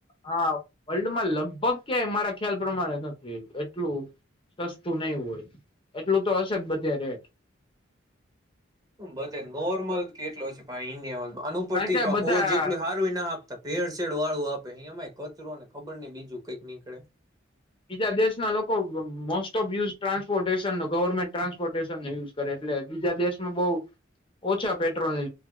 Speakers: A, on the left; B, on the right.
A: હા વર્લ્ડમાં લગભગ ક્યાંય મારા ખ્યાલ પ્રમાણે નથી એટલું સસ્તું નહી હોય એટલું તો હશે જ બધે રેટ
B: મ બધ નોર્મલ કેટલો છે પા ઇન્ડિયા અનુ ઉપરથી
A: કારણ કે બધા
B: હો જેટલું હારું ના આપતા ભેળસેેડ વાળું આપે અહીયામાં કચરો ને ખબર નહ બીજું કંઈક નીકળે
A: બીજા દેશના લોકો મોસ્ટ ઓફ યુઝ ટ્રાન્સપોર્ટેશનનો ગવર્મેન્ટ ટ્રાન્સપોર્ટેશનનો યુઝ કરે એટલે બીજા દેશમાં બહુ ઓછા પેટ્રોલને